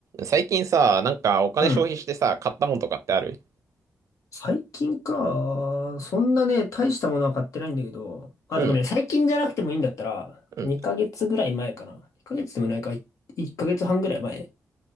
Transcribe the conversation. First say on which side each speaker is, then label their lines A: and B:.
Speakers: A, on the right (about 70°); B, on the left (about 75°).
A: 最近さ、なんかお金消費してさ、
B: うん。
A: 買ったもんとかってある
B: 最近か。そんなね、大したものは買ってないんだけど。あ、
A: うん、
B: でもね、最近じゃなくてもいいんだったら、
A: うん。
B: 2ヶ月ぐらい前かな。2ヶ月でもないか、い1ヶ月半ぐらい前。